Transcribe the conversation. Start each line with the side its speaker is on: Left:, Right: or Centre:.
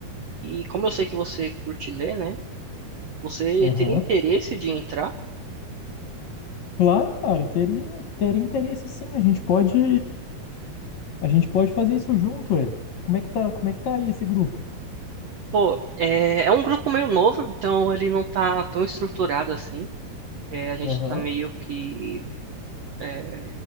Right: e como eu sei que você curte ler, né? Você
Left: aham.
Right: teria interesse de entrar?
Left: Claro, cara, teria, teria interesse sim. A gente pode, a gente pode fazer isso junto, é. Como é que tá, como é que tá aí esse grupo?
Right: Pô, é, é um grupo meio novo, então ele não tá tão estruturado assim. É, a gente
Left: Aham,
Right: tá meio que é,